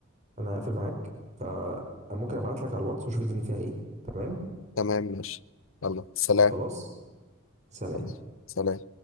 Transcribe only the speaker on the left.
تمام ماشي يلا سلام
يلا، سلام